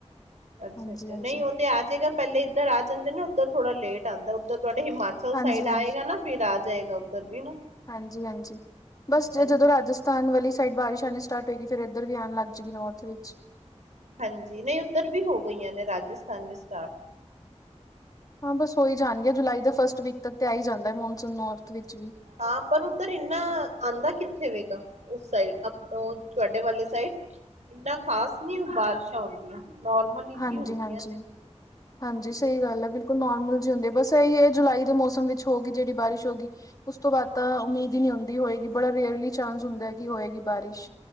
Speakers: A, on the right (about 80°); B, on the left (about 30°).
A: ਅੱਛਾ
B: ਹਾਂਜੀ-ਹਾਂਜੀ,
A: ਅੱਛਾ। ਨਹੀਂ ਉਹ ਤੇ ਆ ਜਾਏਗਾ। ਪਹਿਲੇ ਇੱਧਰ ਆ ਜਾਂਦੇ ਨਾ। ਉੱਧਰ ਥੋੜਾ ਲੇਟ ਆਉਂਦਾ। ਉੱਧਰ- ਤੁਹਾਡੇ ਹਿਮਾਚਲ
B: ਹਾਂਜੀ-ਹਾਂਜੀ,
A: ਸਾਈਡ ਆਏਗਾ ਨਾ। ਫਿਰ ਆ ਜਾਏਗਾ ਉੱਧਰ ਵੀ ਨਾ।
B: ਹਾਂਜੀ-ਹਾਂਜੀ। ਬਸ ਜਦੋਂ
A: ਹਾਂਜੀ
B: ਰਾਜਸਥਾਨ ਵਾਲੀ ਸਾਈਡ ਬਾਰਿਸ਼ ਆਉਣੀ ਸਟਾਰਟ ਹੋਏਗੀ। ਫਿਰ ਇੱਧਰ ਵੀ ਆਉਣ ਲੱਗ ਜਾਏਗੀ ਨੌਰਥ ਵਿੱਚ।
A: ਹਾਂਜੀ। ਨਹੀਂ ਉੱਧਰ ਵੀ ਹੋ ਗਈਆਂ ਨੇ, ਰਾਜਸਥਾਨ ਵੀ ਸਟਾਰਟ।
B: ਹਾਂ ਬਸ ਹੋ ਹੀ ਜਾਣਗੀ ਜੁਲਾਈ ਦੇ ਫਸਟ ਵੀਕ ਤੱਕ ਤੇ ਆਈ ਜਾਂਦਾ ਹੈ, ਮੌਨਸੂਨ ਨੌਰਥ ਵਿੱਚ ਵੀ।
A: ਹਾਂ। ਪਰ ਉੱਧਰ ਇੰਨਾ ਆਉਂਦਾ ਕਿੱਥੇ ਵੇਗਾ, ਉਸ ਸਾਈਡ ਔ ਤੁਹਾਡੇ ਵਾਲੇ ਸਾਈਡ। ਇਨਾ ਖ਼ਾਸ ਨੀ ਬਾਰਿਸ਼ਾਂ ਆਉਂਦੀਆਂ, ਨੋਰਮਲ ਜਹੀ
B: ਹਾਂਜੀ-ਹਾਂਜੀ।
A: ਹੁੰਦੀਆਂ ਨੇ।
B: ਹਾਂਜੀ ਹਾਂਜੀ ਸਹੀ ਗੱਲ ਹੈ, ਬਿਲਕੁਲ ਨੋਰਮਲ ਜੀ ਹੁੰਦੇ ਬਸ ਇਹੀ ਹੈ, ਜੁਲਾਈ ਦੇ ਮੌਸਮ ਵਿੱਚ ਹੋ ਗਈ ਜਿਹੜੀ ਬਾਰਿਸ਼ ਹੋ ਗਈ। ਉਸ ਤੋਂ ਬਾਅਦ ਤਾਂ ਉਮੀਦ ਹੀ ਨਹੀਂ ਹੁੰਦੀ, ਹੋਏਗੀ ਬੜਾ ਰੇਅਰਲੀ ਚਾਂਸ ਹੁੰਦਾ ਕਿ ਹੋਏਗੀ ਬਾਰਿਸ਼।